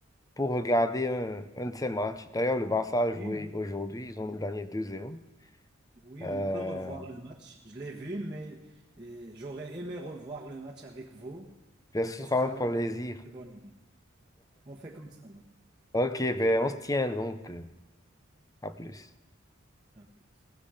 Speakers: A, on the left; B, on the right.
A: pour regarder un, un de ces matchs. D'ailleurs, le Barça a
B: Oui,
A: joué
B: oui.
A: aujourd'hui, ils ont gagné deux zéro
B: Oui,
A: Euh,
B: on peut revoir le match. Je l'ai vu, mais euh, j'aurais aimé revoir le match avec vous.
A: Je suis
B: Ça
A: vraiment
B: sera
A: pour le plaisir.
B: une très bonne idée. On fait comme ça, là.
A: Ok, ben on se tient donc. euh, À plus.
B: Ah, oui.